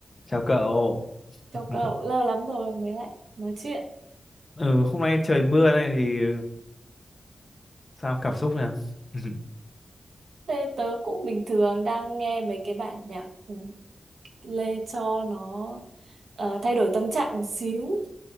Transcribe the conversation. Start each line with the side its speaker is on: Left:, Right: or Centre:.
Left: Chào cậu.
Right: Chào
Left: <laughs>
Right: cậu, lâu lắm rồi mới lại nói chuyện.
Left: Ừ, hôm nay trời mưa này thì sao cảm xúc nào? <laughs>
Right: Thế tớ cũng bình thường đang nghe mấy cái bản nhạc ừ, lê cho nó ờ, thay đổi tâm trạng một xíu.